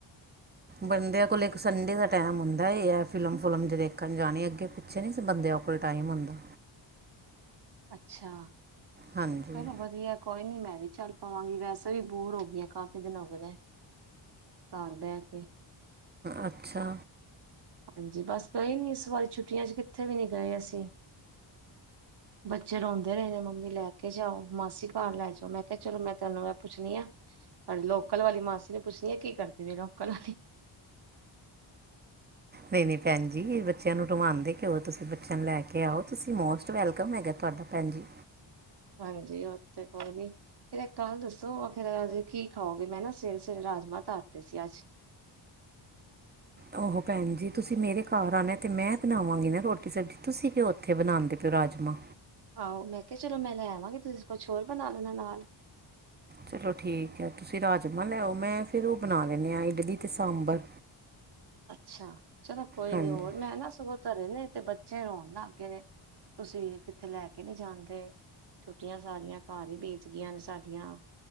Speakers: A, on the right (about 20°); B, on the right (about 55°).
A: ਬੰਦਿਆਂ ਕੋਲ ਇੱਕ ਸੰਡੇ ਦਾ ਟੈਮ ਹੁੰਦਾ ਐ। ਫਿਲਮ- ਫੁਲਮ ਚ ਦੇਖਣ ਜਾਣੀ। ਅੱਗੇ ਪਿੱਛੇ ਨੀ ਬੰਦੇ ਕੋਲ ਟਾਈਮ ਹੁੰਦਾਂ।
B: ਅੱਛਾ
A: ਹਾਂਜੀ
B: ਚਲੋ ਵਧੀਆ। ਕੋਈ ਨੀ ਮੈਂ ਵੀ ਚੱਲ ਪਾਵਾਂਗੀ ਵੈਸੇ ਵੀ ਬੋਰ ਹੋ ਗਈਆਂ ਕਾਫੀ ਦਿਨ ਹੋ ਗੇ ਨੇ। ਘਰ ਬਹਿ ਕੇ
A: ਅੱਛਾ
B: ਹਾਂਜੀ। ਬਸ ਗਏ ਨੀ ਇਸ ਵਾਰੀ ਛੁੱਟੀਆਂ ਚ ਕਿੱਥੇ ਵੀ ਨਹੀਂੀ ਗਏ ਅਸੀਂ ਬੱਚੇ ਰੋਂਦੇ ਰਹੇ ਨੇ ਮੰਮੀ ਲੈ ਕੇ ਜਾਓ। ਮਾਸੀ ਘਰ ਲੈ ਜਾਓ। ਮੈਂ ਕਿਹਾ ਚਲੋ ਮੈਂ ਤੈਨੂੰ ਇਹ ਪੁੱਛਣੀ ਆ ਤੁਹਾਡੀੇ ਲੋਕਲ ਵਾਲੀ ਮਾਸੀ ਨੇ ਪੁੱਛਣੀ ਆ ਕੀ ਕਰਦੀ ਵੀੇ ਲੋਕਲ ਵਾਲੀ
A: ਨਹੀਂ ਨਹੀਂ ਭੈਣ ਜੀ ਇਹ ਬੱਚਿਆਂ ਨੂੰ ਰੁਵਾਦੇ ਕਿਉ ਤੁਸੀਂ ਬੱਚਿਆਂ ਨੂੰ ਲੈ ਕੇ ਆਓ। ਤੁਸੀ ਮੋਸਟ ਵੈਲਕਮ ਹੈਗਾ। ਤੁਹਾਡੀ ਭੈਣ ਜੀ।
B: ਹਾਂਜੀ ਉਹ ਤੇ ਕੋਈ ਨੀ ਫੇਿਰ ਇੱਕ ਗੱਲ ਦੱਸੋ ਫੇਰ ਅਜੇ ਕੀ ਖਾਓਗੇ ਮੈਂ ਨਾ ਸਵੇਰੇ ਸਵੇਰੇ ਰਾਜਮਾ ਤਾਰਦੇ ਸੀ ਅੱਜ
A: ਉਹ ਭੈਣ ਜੀ ਤੁਸੀਂ ਮੇਰੇ ਘਰ ਆਉਣਾ ਤੇ ਮੈਂ ਬਣਾਵਾਂਗੀ ਨਾ ਰੋਟੀ ਸਬਜ਼ੀ ਤੁਸੀਂ ਕਿਉਂ ਉੱਥੇ ਬਣਾਂਦੇ ਪੈ ਓ ਰਾਜਮਾਂ
B: ਆਹੋ ਮੈਂ ਕਿਹਾ ਚਲੋ ਮੈਂ ਲੈ ਆਵਾਂਗੀ ਤੁਸੀਂ ਕੁਛ ਹੋਰ ਬਣਾ ਲੈਣਾ ਨਾਲ
A: ਚਲੋ ਠੀਕ ਹੈ। ਤੁਸੀਂ ਰਾਜਮਾਂ ਲੈਓ ਮੈਂ ਫਿਰ ਉਹ ਬਣਾ ਲੈਂਦੇ ਹਾਂ ਇਡਲੀ ਤੇ ਸਾਂਬਰ।
B: ਅੱਛਾ। ਚਲੋ ਕੋਈ
A: ਹਾਂਜੀ
B: ਨੀ ਹੋਰ ਮੈਂ ਨਾ ਸਗੋਂ ਧਰੇ ਨੇ ਤੇ ਬੱਚੇ ਰੋਣ ਲੱਗ ਗਏ ਨੇ ਤੁਸੀਂ ਕਿੱਥੇ ਲੈ ਕੇ ਨਹੀਂ ਜਾਂਦੇ। ਛੁੱਟੀਆਂ ਸਾਰੀਆਂ ਘਰ ਹੀ ਬੀਤ ਚ ਗਈਆਂ ਨੇ ਸਾਡੀਆਂ।